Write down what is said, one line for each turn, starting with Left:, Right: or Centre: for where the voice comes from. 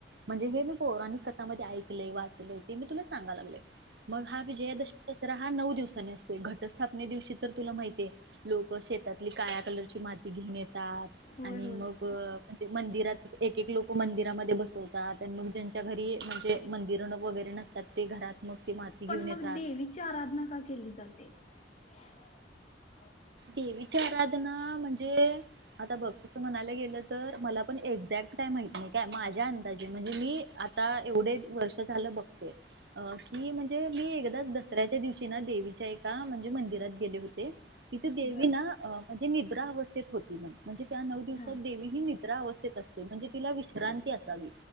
Right: म्हणजे हे पौराणिक कथामध्ये <inaudible> ऐकले वाचले ते मी तुला सांगा लागले मग हा विजयादशमीचा हा नऊ दिवसानी असतो घटस्थापने दिवशी तर तुला माहितीये लोक शेतात काळ कलरची माती घेऊन येतात
Left: होय
Right: आणि
Left: होय
Right: मग मंदिरात एक एक लोक मंदिर मध्ये बसवतात मग च्या घरी म्हणजे मंदिर वगैरे नसतात ते घरात, मग ती माती
Left: पण
Right: घेऊन
Left: मग
Right: येतात.
Left: देवीची आराधना का केली जाते <inaudible>
Right: देवीची आराधना म्हणजे आता भक्तच म्हणायला गेलं तर मला पण एक एक्झॅक्ट काही माहत नाही काय माझ्या अंदाज म्हणजे मी आता एवढे वर्ष झालं बघतोय अ की म्हणजे मी एकदाच दसऱ्याच्या दिवशी ना देवीच्या एका म्हणजे मंदिरात गेले होते तिती देवी
Left: बर
Right: ना अ म्हणजे निद्रा अवस्थेत होती म्ह त्या नऊ दिवसात
Left: हा
Right: देवी ही मित्रा अवस्थेत असते म्हणजे तिला विश्रांती असावी